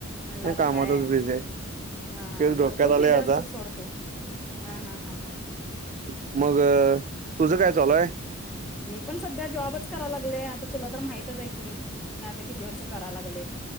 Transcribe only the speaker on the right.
नाही
कामातच
बिझी आहे
तेच डोक्यात
आलंय
आता
ह मग तुझं काय चालु हाय.